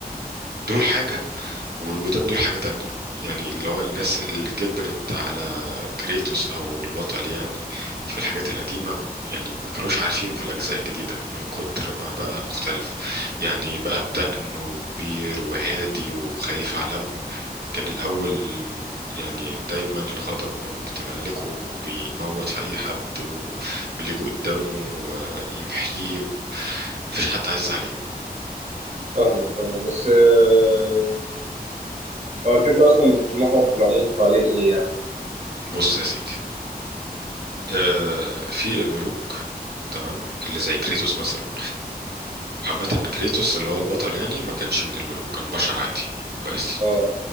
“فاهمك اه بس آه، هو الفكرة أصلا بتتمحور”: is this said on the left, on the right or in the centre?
Right